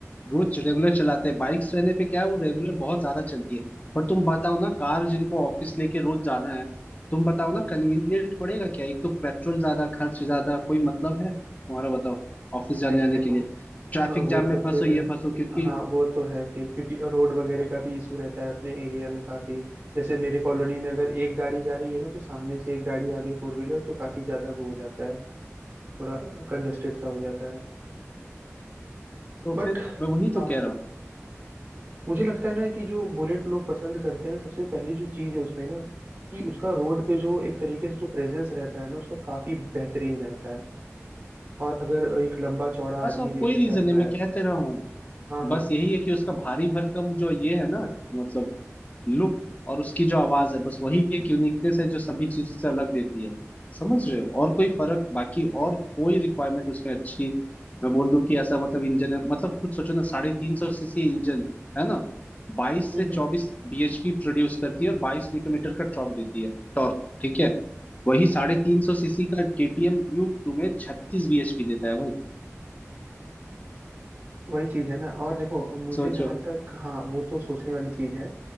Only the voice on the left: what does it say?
रोज रेगुलर चलाते हैं बाइक्स रहने पे क्या है वो रेगुलर बहुत ज्यादा चलती है पर तुम बताओ ना कार जिनको ऑफिस लेके रोज जाना है तुम बताओ ना कन्वीनियंट पड़ेगा क्या एक तो पेट्रोल ज्यादा खर्च ज्यादा कोई मतलब है तुम्हारा बताओ ऑफिस
जाने आने
के लिए
ट्रैफिक
जाम में
फंसो ये फंसो क्योंकि
तो
फिर मैं वही
तो कह रहा हूँ
बस
और
कोई रीजन
नहीं मैं
कहते रहा हूँ
बस यही है कि उसका भारी भरकम जो ये है ना मतलब लुक और उसकी जो आवाज है बस वही एक यूनिकनेस है जो सभी चीजों से अलग देती है समझ रहे हो और कोई फर्क बाकी और कोई रिक्वायरमेंट उसमें अच्छी मैं बोल दूं कि ऐसा मतलब इंजन है मतलब कुछ सोचो ना साढ़े तीन सौ सीसी इंजन है ना बाईस
से चौबीस
बीएचपी प्रोड्यूस करती है और बाईस न्यूटन मीटर का टॉर्क देती है टॉर्क ठीक है वही साढ़े तीन सौ सीसी का केटीएम ड्यूक तुम्हें छत्तीस बीएचपी देता है भाई
सोचो